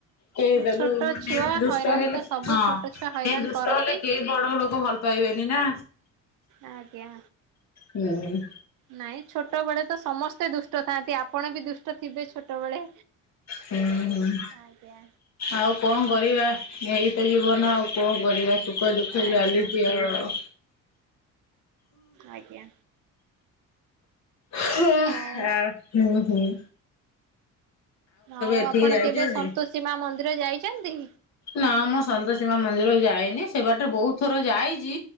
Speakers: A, on the left (about 55°); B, on the right (about 70°).
A: ସେଇଟାକୁ
B: ଛୋଟ
A: ମାନେ
B: ଛୁଆ
A: ଦୁଷ୍ଟ
B: ହଇରାଣ
A: ହେଲେ,
B: ତ ସବୁ
A: ହଁ
B: ଛୋଟ ଛୁଆ ହଇରାଣ
A: ଏ ଦୁଷ୍ଟ
B: କରନ୍ତି।
A: ହେଲେ କେ ବଡ ଲୋକ ଭଲ ପାଇବେନି ନା।
B: ଆଜ୍ଞା।
A: ହୁଁ।
B: ନାଇଁ ଛୋଟ ବେଳେ ତ ସମସ୍ତେ ଦୁଷ୍ଟ ଥାଆନ୍ତି, ଆପଣ ବି ଦୁଷ୍ଟ ଥିବେ ଛୋଟବେଳେ।
A: ହୁଁ-ହୁଁ,
B: ଆଜ୍ଞା
A: ଆଉ କଣ କରିବା? ଏଇତ ଜୀବନ ଆଉ। କଣ କରିବା? ସୁଖ ଦୁଃଖ
B: ଆଜ୍ଞା
A: ଚାଲିଛି ଆଉ।
B: ଆଜ୍ଞା।
A: ହ-ହ-ହୁଁ-ହୁଁ।
B: ହଉ। ଆଉ
A: ଏଠିକି
B: ଆପଣ
A: ଯାଇଛନ୍ତି?
B: କେବେ ସନ୍ତୋଷୀ ମା ମନ୍ଦିର ଯାଇଛନ୍ତି?
A: ନା ମୁଁ ସନ୍ତୋଷୀ ମା ମନ୍ଦିର ଯାଏନି, ସେ ବାଟେ ବହୁ ଥର ଯାଇଛି,